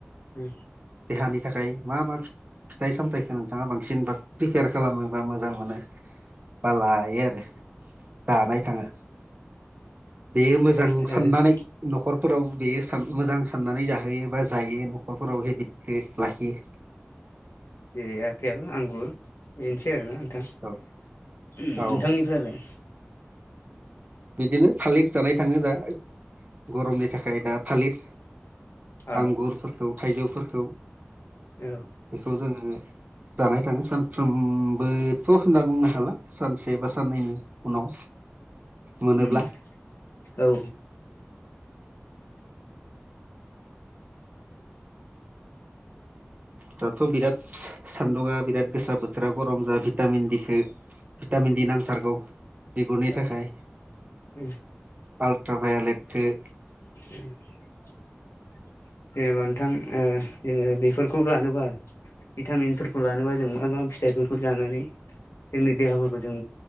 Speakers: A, on the left; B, on the right.
A: ओ
B: देहानि थाखाय मा मा फि-फिथाइ सामथायाइखौ नोंथाङा बांसिन प्रिपेयार खालामो बा मोजां मोनो? बा लायो आरो, जानाय थाङो। बेयो मोजां
A: जेरै
B: साननानै न'खर फोराव बेयोन मोजां साननानै जाहोयो बा जायो न'खरफोराव हेबिटखौ लाखियो।
A: जेरै आपेल आंगुर बेनोसै आरोना नोंथां उम
B: औ औ
A: नोंथांनिफ्रायालाय
B: बिदिनो थालिर जानाय थाङो जा गरमनि थाखाय दा थालिर।
A: औ
B: आंगुरफोरखौ थाइजौफोरखौ
A: औ
B: बेखौ जोङो जानाय थाङो सानफ्रोमबोथ' होनना बुंनो हाला सानसे बा साननैनि उनाव मोनोब्ला
A: उम <inaudible> औ
B: दाथ' बिराद सान्दुङा बिराद गोसा बोथोरा गरम जा भिटामिन दिखौ भिटामिन दि नांथारगौ बिगुरनि
A: औ
B: थाखाय
A: उम
B: पाल्ट्राभायलेट थो
A: <unintelligible> जेनेबा नोंथां ओ जोङो बेफोरखौ लानोबा भिटामिनफोरखौ लानोबा जों मा मा फिथाइफोरखौ जानानै जोंनि देहाफोरखौ जों